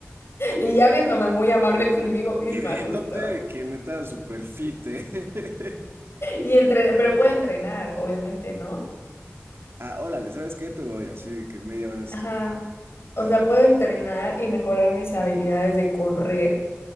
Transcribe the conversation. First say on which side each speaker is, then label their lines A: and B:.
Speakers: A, on the left; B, on the right.
A: Y ya viéndome muy amable conmigo misma,
B: Y viéndote
A: justo.
B: de que neta super fit, ¿eh?
A: Y entrenar, pero puedo entrenar, obviamente, ¿no?
B: <laughs> Ah, órale, ¿sabes qué? Te doy así de que media hora es
A: Ajá.
B: tu.
A: O
B: Ajá.
A: sea, puedo entrenar y mejorar mis habilidades de correr,